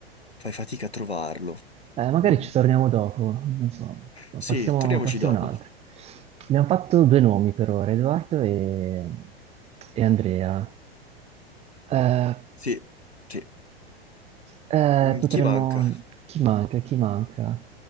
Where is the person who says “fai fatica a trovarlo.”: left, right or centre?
Left